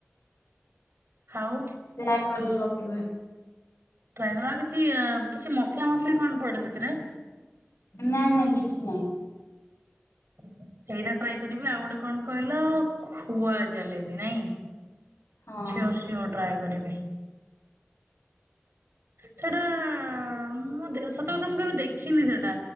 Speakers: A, on the right; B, on the left.
A: ଆଉ
B: ସେୟା କରିବ କେବେ।
A: ତ୍ରୟ ଗଡା କିଛି କିଛି ମସଲା ମସଲି କଣ ପଡେ ସେଥିରେ?
B: ନାଇ ନାଇ କିଛି ନହିଁ।
A: ସେଇଟା ଟ୍ରାଏ କରିବି ଆଉ ଗୋଟେ କଣ କହିଲ ଖୁଆ ଜାଲେବି ନାଇଁ।
B: ହଁ
A: ସିୱର୍ ସିୱର୍ ଟ୍ରାଏ କରିବି। ସେଟା ମୁଁ ସତ କଥା ମୁଁ କେବେ ଦେଖିନି ସେଟା